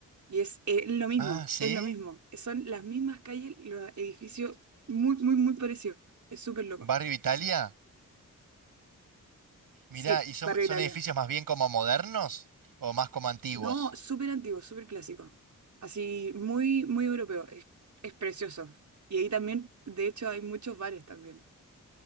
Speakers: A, on the right; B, on the right.
A: Y es, es lo mismo,
B: Ah, ¿sí?
A: es lo mismo. Son las mismas calles, los edificios muy, muy, muy parecidos. Es súper loco.
B: ¿Barrio Italia? Mirá,
A: Sí,
B: ¿y son,
A: Barrio
B: son
A: Italia.
B: edificios más bien como modernos o más como antiguos?
A: No, súper antiguo, súper clásico. Así, muy, muy europeo. Es, es precioso. Y ahí también, de hecho, hay muchos bares también.